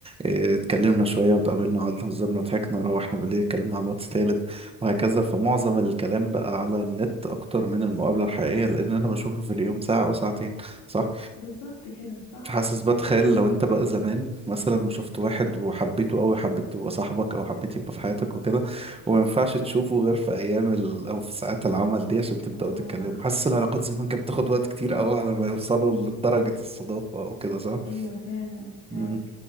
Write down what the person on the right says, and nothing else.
آه اتكلمنا شوية واتقابلنا قعدنا هزرنا وضحكنا روحنا بالليل اتكلمنا على الواتس تالت وهكذا فمعظم الكلام بقى على النت اكتر من المقابلة الحقيقية لان انا بشوفه في اليوم ساعة او ساعتين صح؟
حاسس بتخيل لو انت بقى زمان مثلا وشفت واحد وحبيته قوي حبيت يبقى صاحبك او حبيت يبقى في حياتك وكده وما ينفعش تشوفه غير في ايام ال... او في ساعات العمل دي عشان تبداوا
تتكلموا حاسس العلاقات زمان كانت بتاخد وقت كتير قوي على ما يوصلوا لدرجة الصداقة او كده صح
مم،